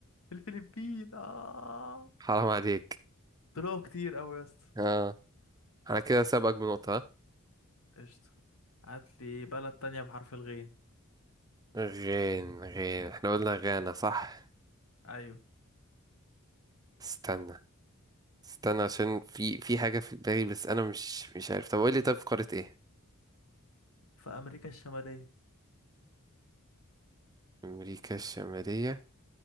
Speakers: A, on the left; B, on the right.
A: الفلبين اه
B: حرام عليك
A: طلعوا كتير قوي يا اسطى
B: اه انا كده سابقك بنقطة ها؟
A: قشطة هات لي بلد تانية بحرف الغين
B: غين غين احنا قلنا غانا صح
A: ايوه
B: استنى استنى عشان في في حاجة في دماغي بس أنا مش مش عارف طب قول لي طب في قارة إيه؟
A: في امريكا الشمالية
B: أمريكا الشمالية